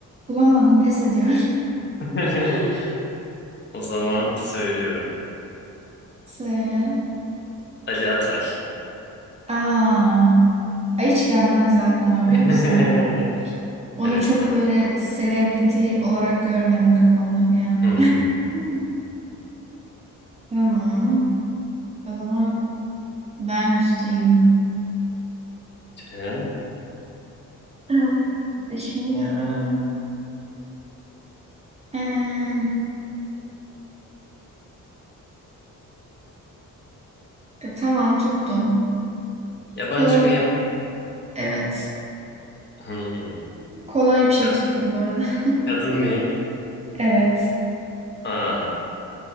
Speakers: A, on the right; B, on the left.
A: Bulamadım pes ediyor.
B: <laughs>
A: <laughs>
B: O zaman söylüyorum.
A: Söyle.
B: Ali Atay.
A: Aa. Ay hiç gelmezdi aklıma biliyor
B: <laughs>
A: musun? Onu
B: Evet
A: çok
B: ya.
A: böyle celebrity olarak görmedim kafamda bir an.
B: Hmm.
A: Hmm. Tamam. O zaman ben müsteyim.
B: Sen
A: Evet, düşünüyorum. Ee, e, tamam tuttum.
B: yabancı
A: Kolay
B: mıyım?
A: evet.
B: Hmm.
A: Kolay bir şey
B: Kad-
A: tuttum bu arada.
B: Kadın
A: <laughs>
B: mıyım?
A: Evet.
B: Aha.